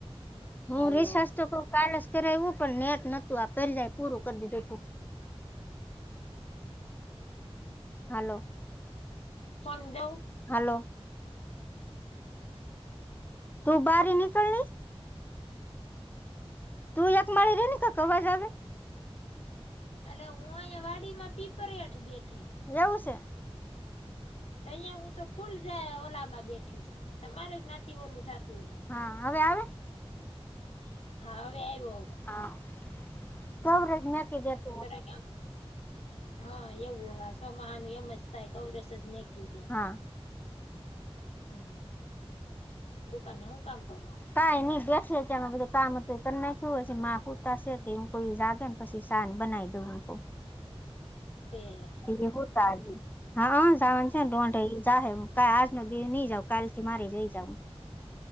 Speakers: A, on the left; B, on the left.
A: હું
B: હાલો
A: રિસાસ તો કવ <unintelligible> કાલ જ કરાવવું, પણ નેટ નોતું. આ પહેલાં પૂરું કરી દીધું તું. હાલો‌.
B: ફોન દઉ.
A: હાલો. તું બારી નીકળને‌. તું એકમાળી રે ને ક અવાજ આવે.
B: અલે, હું આહીં વાડીમાં પીપર હઠ બેઠી.
A: એવું સે.
B: અહીંયા હું તો ફૂલ ઓલામાં બેઠીશ, તમારે જ નથી, ઓલું થતું હે.
A: હા, હવે આવે?
B: હા, હવે આઇવો.
A: હા, સો <unintelligible>
B: થોડાક આમ હા, એવું હા, સો માંહેનું એમ જ થાય, કવરેજ નઈ. કી જાય,
A: હા
B: હમ, દુકાને હું કામ કરું?
A: કંઈ નઈ, બેઠી અત્યારમાં બધું કામ હતું એ કૈર નાખ્યું. હજી માં હુતાશે, તે કોઈ જાગે ન પસી સા બનાઈ દઉ અમથું
B: એ.
A: <unintelligible> હા, સાવન છે. ન તો આ તોઈ જાહે. કા આજના દિ એ ની જાવ કાલ થી મારે જઈ જાાવુ.